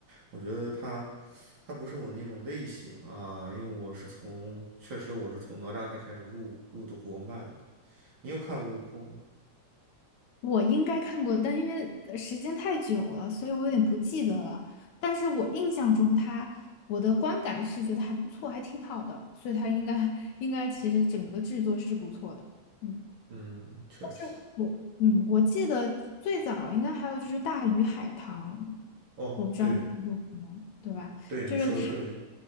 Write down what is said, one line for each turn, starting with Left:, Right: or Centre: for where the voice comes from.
Right: 我觉得他，他不是我那种类型啊，因为我是从，确实我是从哪吒才开始入入的国漫，你有看过《悟空》吗？
Left: 我应该看过，但因为呃时间太久了，所以我有点不记得了。但是我印象中它，我的观感是觉得还不错，还挺好的，所以它应该应该其实整个制作是不错的。嗯，
Right: 嗯，确实。
Left: 就我嗯，我记得最早应该还有就是《大鱼海棠》，
Right: 哦，
Left: 我不知道你听说过吗？
Right: 对
Left: 对吧？
Right: 对，你说的对。
Left: 就是它，